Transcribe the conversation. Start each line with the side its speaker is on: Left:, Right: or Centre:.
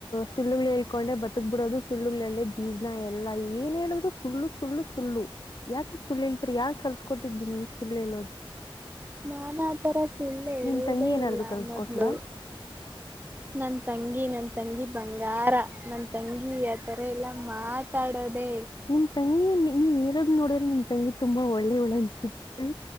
Left: ಸುಳ್ಳುಗಳು ಹೇಳ್ಕೊಂಡೆ ಬದಕ್ ಬಿಡೋದು ಸುಳ್ಳುಗಳಲ್ಲೆ ಜೀವನ ಎಲ್ಲ ಏನ್ ಹೇಳಿದ್ರು ಸುಳ್ಳು ಸುಳ್ಳು ಸುಳ್ಳು ಯಾಕೆ ಈಸ್ಟ್ ಸುಳ್ಳ ಹೇಳ್ತೀರಿ ಯಾರ ಕಲ್ತ್ಕೊಟ್ಟಿದ್ದ. ಸುಳ್ಳ ಹೇಳೋದು
Right: ನಾನಾ ಆ ತರ ಸುಳ್ಳೆ ಹೇಳುವುದೇ
Left: ನಿಮ್ ತಂಗಿ ಏನಾದ್ರು
Right: ಇಲ್ಲ
Left: ಕಲ್ತ್ಕೊಟ್ಲಾ
Right: ಮೊದ್ಲು ನನ್ ತಂಗಿ. ನನ್ ತಂಗಿ ಬಂಗಾರ ನನ್ ತಂಗಿ ಆತರ ಇಲ್ಲ ಮಾತಾಡೋದೇ
Left: ನಿಮ ತಂಗಿ ನೀವ್ ಏನಾದ್ರೂ ನೋಡ್ರ ತಂಗಿ ತುಂಬಾ ಒಳ್ಳೆಯವಳು ಅನ್ಸುತ್ತೆ